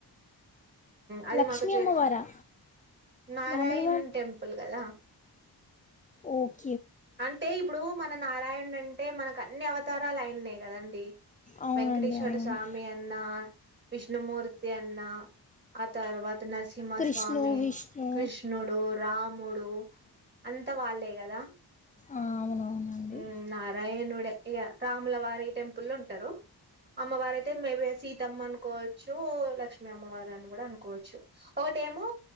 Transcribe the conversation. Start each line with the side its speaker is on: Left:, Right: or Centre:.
Right: అది
Left: లక్ష్మీ
Right: మాకు చే
Left: అమ్మవారా
Right: నారాయణ్
Left: రాముల
Right: టెంపుల్ కదా
Left: ఓహ
Right: అంటే ఇప్పుడు మన నారాయణ అంటే అంటే మనకు అన్ని అవతారాలు అయిన్నాయి కదండి
Left: అవునండి
Right: వెంకటేశ్వర
Left: అవునండి
Right: స్వామిీ అన్న విష్ణుమూర్తి అన్న ఆ తర్వాత నరసింహ
Left: కృష్ణు
Right: స్వామి
Left: విష్ణు
Right: కృష్ణుడు రాముడు అంత వాళ్ళే అదా
Left: ఆ అవునవునండి
Right: ఉ నారాయణడ ఇ రాములవారి టెంపుల్ ఉంటారు అమ్మవారు అయితే మేబి సీతమ్మ అనుకోవచ్చు లక్ష్మీ అమ్మవారు అని కూడా అనుకోవచ్చు ఒకటేమో